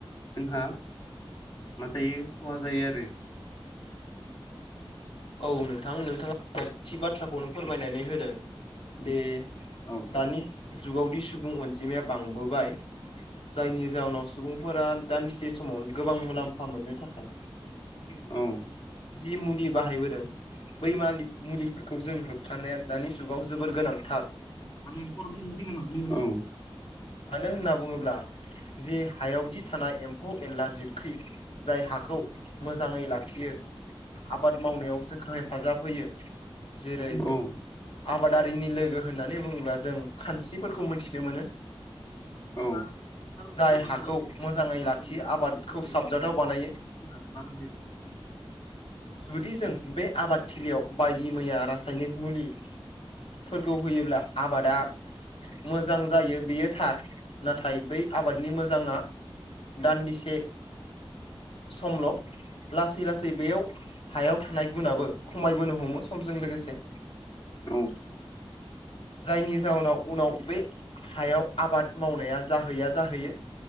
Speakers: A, on the left; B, on the left.
A: जोंहा मा जायो खहा जायो आरो
B: औ नोंथां नोंथाङा <unintelligible> बाथ्राखौनो फोरमायनानै होदों द
A: औ
B: दानि जुगावदि सुबुं अनजिमाया बांबोबाय जायनि जााहोनाव सुबुंफोरा दान्दिसे समावनो गोबां मुलाम्फा मोननो थाखाय
A: औ
B: जि मुलि बाहायबो बै मा मुलिफोरखौ जों होबथानाया दानि जुगाव जोबोर गोनांथार
A: <unintelligible> औ
B: मानो होनना बुङोब्ला जे हायावदि थानाय एम हु एनला जिबख्रि जाय हाखौ मोजाङै लाखियो आबाद मावनायाव जोंखौ हेफाजाब होयो जेरै
A: औ
B: आबादारिनि लोगो होननानै बुङोब्ला जों खानस्रिफोरखौ मिथिनो मोनो
A: औ
B: जाय हाखौ मोजाङै
A: <unintelligible>
B: लाखियो आबादखौ साबजाथाव बानायो
A: <inaudible>
B: जुदि जों बे आबादथिलियाव बायदि मैया रासायनिक मुलि फोरखौ होयोब्ला आबादा मोजां जायो बेयो थार नाथाय बै आबादनि मोजाङा दान्दिसे समल' लासै लासै बेयाव हायाव थानाय गुनाबो खमायबोनो हमो समजों लोगोसे
A: औ
B: जायनि जाहोनाव उनाव बे हायाव आबाद मावनाया जाहैया जाहैयो